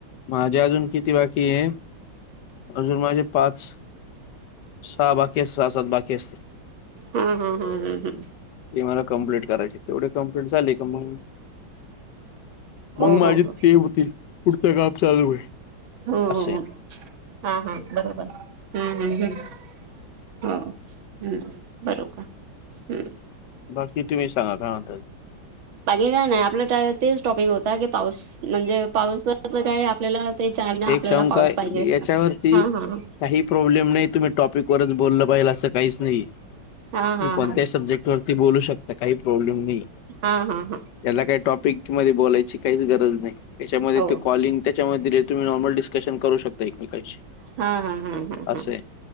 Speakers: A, on the left; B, on the right.
A: माझ्या अजून किती बाकी आहे अजून माझे पाच सहा बाकी अस सहा सात बाकी असतील
B: हम् हम् हम्
A: ते मला कम्प्लेट करायचे तेवढी कम्प्लेट झाली का मग
B: हो
A: मग माझे
B: हो हो
A: ते होतील पुढच् काम चालू होईल
B: हो
A: असे.
B: हो हो हा हा बरोबर हम्म हम्म हम् हो ह् बरोबर हम्
A: बाकी तुम्ही सांगा काय म्हणताय
B: बाकी काय नाही आपलं <unintelligible> तेच टॉपिक होता की पाऊस म्हणजे पाऊस आपलं काय आपल्याला ते चार ना
A: एक
B: आपल्याला
A: सांगू
B: पाऊस
A: का
B: पाहिजेच
A: याच्यावरती
B: हा हा
A: काही प्रॉब्लेम नाही तुम्ही टॉपिक वरच बोललं पाहिल असं काहीच नाही
B: हा हा
A: मी कोणत्याही
B: हा
A: सब्जेक्ट वरती बोलू शकता काही प्रॉब्लेम नाही
B: हा हा हा
A: याला काही टॉपिक मध्ये बोलायची काहीच गरज नाही त्याच्यामध्ये
B: हो
A: ते कॉलिंग त्याच्यामध्ये रे तुम्ही नॉर्मल डिस्कशन करू शकता एकमेकांशी
B: हा हा हा हम
A: असं
B: हम